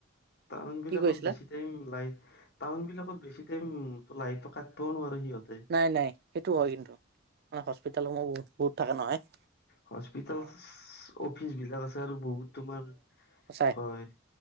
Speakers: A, on the left; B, on the right.
A: টাউন বিলাকত
B: কি কৈছিলা?
A: বেছি <unintelligible> লাইট। টাউন বিলাকত বেছি টাইম লাইটো কাইটবও নোৱাৰে সিহঁতে।
B: নাই নাই সেইটো হয় কিন্তু। হস্পিতেলসমূহ বহুত বহুত থাকে নহয়।
A: হস্পিতেলচ
B: অ।
A: অফিচ বিলাক আছে আৰু বহুত তোমাৰ
B: <unintelligible> চাই
A: হয়